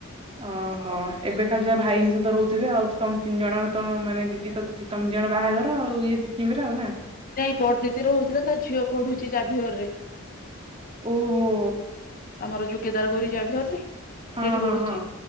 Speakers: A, on the right (about 25°); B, on the left (about 45°).
A: ଅହ ଏବେ ଖାଲି ଯାହା ଭାଇଙ୍କ ସହିତ ରହୁଥିବେ ଆଉ ତମ ତିନି ଜଣ ତ ମାନେ ଦିଦି ତ ଯି ତମେ ଦି ଜଣ ବାହାଘର ଆଉ ଇଏ ସିକିମରେ ଆଉ ନା?
B: ନାଇଁ ବଡଦିଦିର ହୋଉଚି ନା ତା ଝିଅ ପଢୁଚି ଯାଭିିଅରରେ।
A: ଓହୋ।
B: ଆମର ଯୋଉ କେଦାରଗୌରୀ ଯାଭିଅରରେ ସେଇଠି
A: ହଁ ହଁ
B: ବଢ଼ୁଚି।
A: ହଁ